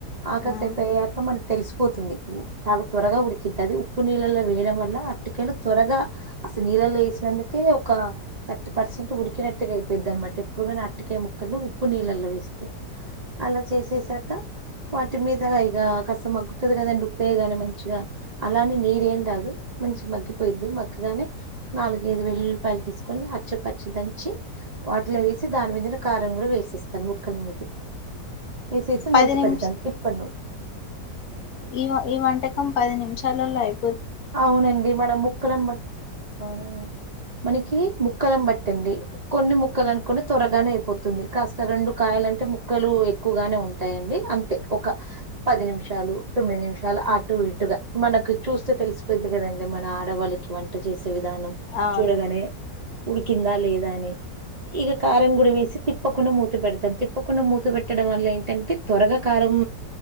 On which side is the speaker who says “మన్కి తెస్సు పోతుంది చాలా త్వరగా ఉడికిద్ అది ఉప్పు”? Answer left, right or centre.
Right